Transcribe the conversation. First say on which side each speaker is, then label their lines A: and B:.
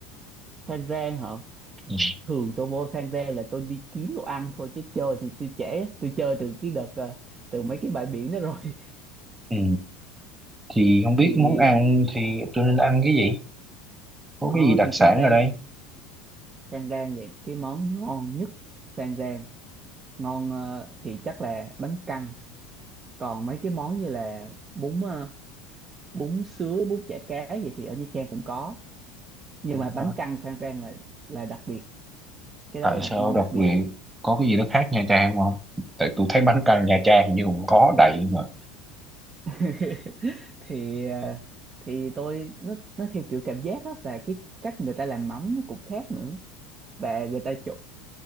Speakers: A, on the right (about 30°); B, on the right (about 15°).
A: Khang Rang hả?
B: ừ.
A: Thường tôi vô Khang Rang là tôi đi kiếm đồ ăn thôi chứ chơi thì tôi trễ, tôi chơi từ cái đợt ờ, từ mấy cái bãi biển đó rồi. <laughs>
B: Ừ, thì không biết
A: Thì
B: muốn ăn thì tôi nên ăn cái gì có
A: ờ
B: cái gì đặc
A: thì
B: sản
A: Phan Rang,
B: ở đây
A: Phan Rang thì cái món ngon nhất Phan Rang, ngon ờ, thì chắc là bánh căn, còn mấy cái món như là bún ờ, bún sứa, bún chả cá gì thì ở Nha Trang cũng có, nhưng
B: Ừ,
A: mà bánh
B: hả?
A: căn Phan Rang là là đặc biệt, cái
B: tại
A: đó là
B: sao
A: ngon
B: đặc
A: đặc biệt.
B: biệt có cái gì nó khác Nha Trang không tại tôi thấy bánh căn Nha Trang hình như cũng có đầy mà
A: <laughs> thì à, thì tôi nó nó theo kiểu cảm giác á và cái cách người ta làm mắm nó cũng khác nữa và người ta trộn